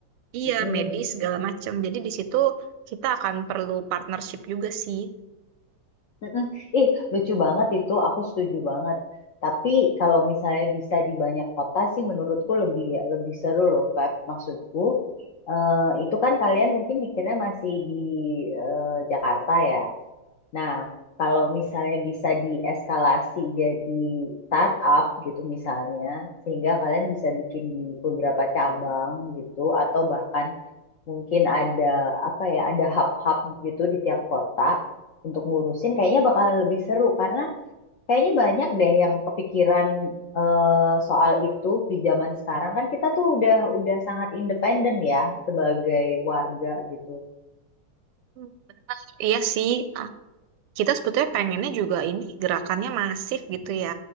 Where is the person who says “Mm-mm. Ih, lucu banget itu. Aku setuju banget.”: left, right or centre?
Left